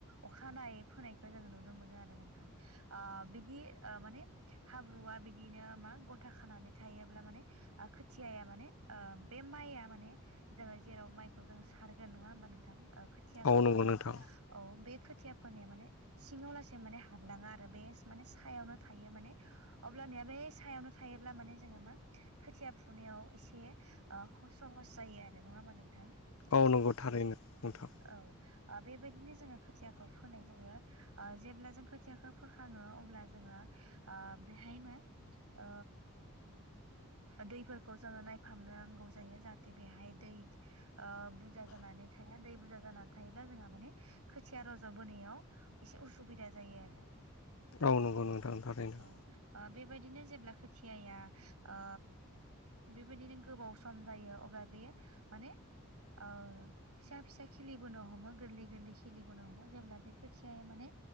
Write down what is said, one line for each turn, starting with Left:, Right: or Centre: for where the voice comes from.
Right: अखानायै फोनायखौ जोङो नुनो मोनो आरो नोंथां। ओ बिदि ओ माने हाब्रुआ बिदिनो मा गथा खानानै थायोब्ला माने खोथियाया माने ओ बे माइया माने जोङो जेराव माइखौ जों सारगोन नङा हबा नोंथां ओ खोथियाखौ
Left: औ नंगौ
Right: फोगोन
Left: नोंथां
Right: औ बे खोथिया फोनाया माने सिङाव लासे माने हाबलाङा आरो बे माने सायावनो थायो माने अब्लानिया बे सायावनो थायोब्ला माने जोङो मा खोथिया फुनायाव एसे ओ ख सहस जायो आरो नङा होमबा नोंथां?
Left: औ नंगौ थारैनो नोंथां।
Right: औ ओ बेबायदिनो जोङो खोथियाखौ फोनाय जायो। ओ जेब्ला जों खोथियाखौ फोखाङो अब्ला जोङो ओ बेहाय मा ओ दैफोरखौ जोङो नायफामनो नांगौ जायो जाहाथे बेहाय दै ओ बुरजा जानानै थाया। दै बुरजा जानानै थायोब्ला जोंहा माने खोथिया रज'बोनायाव एसे उसुबिदा जायो आरो।
Left: औ नगौ नोंथां थारैनो।
Right: औ ओ बेबायदिनो जेब्ला खोथियाया ओ बेबायदिनो गोबाव सम जायो अब्ला बेयो माने औ। फिसा फिसा खिलिबोनो हमो गोरलै गोरलै खिलिबोनो हमो जेब्ला बे खोथियाया माने